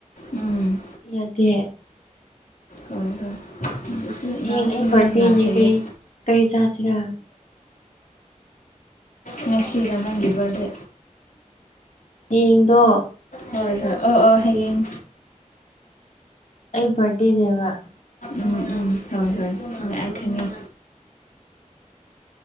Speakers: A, on the left (about 85°); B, on the left (about 70°).
A: ꯎꯝ
B: ꯌꯥꯗ
A: ꯍꯣꯏ ꯍꯣꯏ ꯏꯁ
B: ꯍꯌꯦꯡ
A: ꯅꯥꯡꯁꯤꯨꯝ
B: ꯑꯩ ꯕꯥꯔꯗꯦꯅꯦ
A: ꯌꯥꯝꯅ ꯍꯥꯏꯩ
B: ꯀꯩ ꯀꯔꯤ ꯆꯥꯁꯤꯔꯥ
A: ꯉꯁꯤꯔ ꯅꯪꯒꯤꯕꯗ
B: ꯍꯌꯦꯗꯣ
A: ꯍꯣꯏ ꯍꯣꯏ ꯑꯣ ꯑꯣꯥ ꯍꯌꯦꯡ
B: ꯑꯩ ꯄꯔꯦꯅꯦꯕ
A: ꯎꯝ ꯎꯝ ꯍꯣꯏ ꯍꯣꯏ ꯁꯨꯝꯃꯦ ꯑꯩ ꯈꯪꯉꯦ